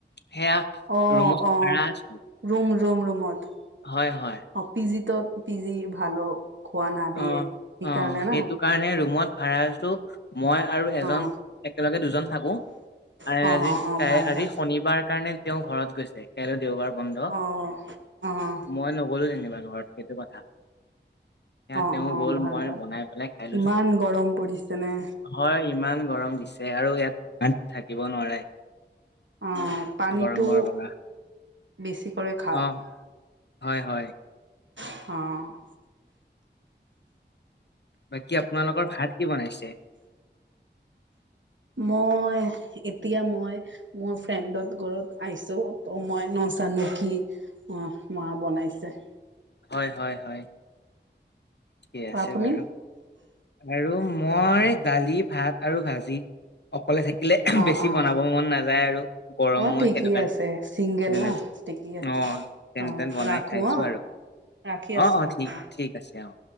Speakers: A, on the left; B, on the right.
A: সেয়া।
B: অহ
A: ৰুমত
B: অহ
A: ভাড়া আছো
B: ', ৰুম ৰুম ৰুমত।
A: হয় হয়।
B: অহ', পিজিতো পিজি ভালো খোৱা না দিয়ে
A: অ
B: সেইকাৰণে
A: অ সেইটো
B: না।
A: কাৰণে ৰুমত ভাড়া আছো মই আৰু এজন
B: অ
A: একেলগে দুজন থাকো। আজি
B: অ', অ', অ',
A: কাই
B: ভাল
A: আজি
B: ভাল
A: শনিবাৰ কাৰণে তেওঁ ঘৰত গৈছে কাইলৈ দেওবাৰ বন্ধ।
B: অ', অ',
A: মই নগ'লো যেনেবা ঘৰত সেইটো কথা।
B: অ',
A: এতিয়া তেওঁ
B: অ',
A: গ'ল
B: ভাল
A: মই
B: ভাল
A: বনাই পেলাই খাই
B: কিমান
A: লৈছো।
B: গৰম পৰিছে নে
A: হয় ইমান গৰম দিছে আৰু ইয়াত ইয়াত থাকিব নোৱাৰে।
B: অ', পানীটো
A: গৰমৰ পৰা।
B: বেছি কৰে খাওঁক।
A: অ হয় হয়।
B: অহ।
A: বাকী আপোনালোকৰ ভাত কি বনাইছে?
B: মই এতিয়া মই। মোৰ ফ্ৰেণ্ডত ঘৰত আহিছোঁ ত মই নজানো কি অ'হ। মাঁ বনাইছে।
A: হয় হয় হয়। ঠিকে আছে
B: আপুনি
A: বাৰু আৰু মই দালি ভাত আৰু ভাজি অকলে থাকিলে
B: অ',
A: বেছি
B: অ',
A: বনাব মন নাযায় আৰু। গৰমো
B: অ ঠিকেই
A: সেইটো কাৰণে
B: আছে চিংগেল
A: যেনে
B: ন ঠিকেই আছে
A: অ তেনে
B: অ
A: তেন বনাই
B: ৰাখো
A: খাইছো
B: অ'।
A: আৰু
B: ৰাখি আছোঁ
A: অ
B: মই
A: ঠিক
B: অ'
A: ঠিক আছে অঁ'।